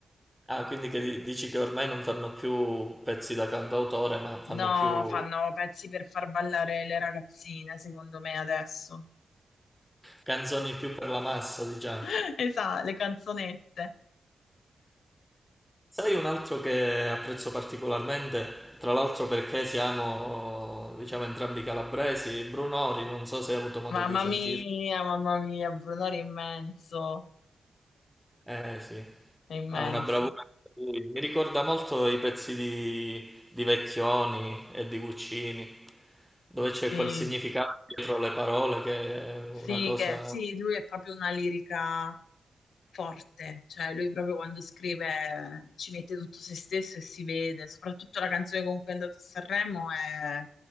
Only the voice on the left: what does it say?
No,
fanno pezzi per far ballare le ragazzine, secondo me adesso.
<laughs> Esatto, le canzonette.
Mamma
mia, mamma mia, Brunori è immenso,
è immenso.
Sì.
Sì,
che, sì, lui è proprio una lirica forte, cioè lui proprio quando scrive ci mette tutto se stesso e si vede, soprattutto la canzone con cui è andato a Sanremo è...